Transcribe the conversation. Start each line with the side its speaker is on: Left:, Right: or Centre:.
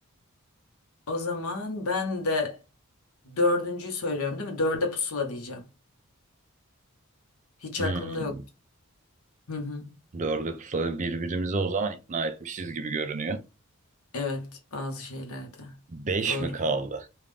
Left: O zaman ben de dördüncüyü söylüyorum değil mi? Dörde pusula diyeceğim. Hiç
Right: Hmm.
Left: aklımda yok. Hı hı.
Right: Dörde pusulayı birbirimizi o zaman ikna etmişiz gibi görünüyor.
Left: Evet, bazı şeylerde.
Right: Beş
Left: Doğru.
Right: mi kaldı?